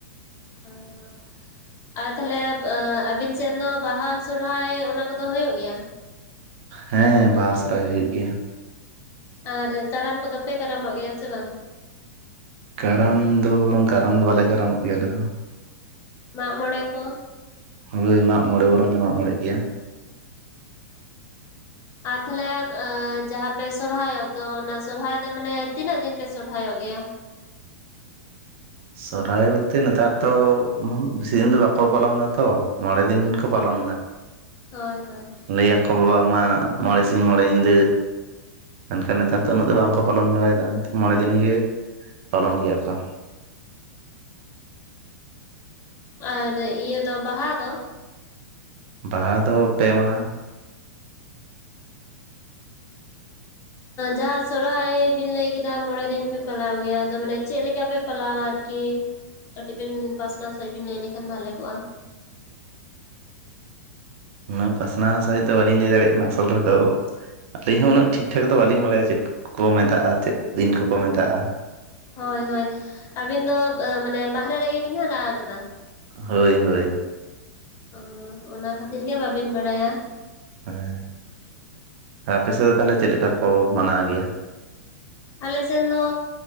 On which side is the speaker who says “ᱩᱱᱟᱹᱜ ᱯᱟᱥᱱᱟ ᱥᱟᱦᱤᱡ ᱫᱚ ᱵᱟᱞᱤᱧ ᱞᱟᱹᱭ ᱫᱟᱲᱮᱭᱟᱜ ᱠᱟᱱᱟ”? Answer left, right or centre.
Right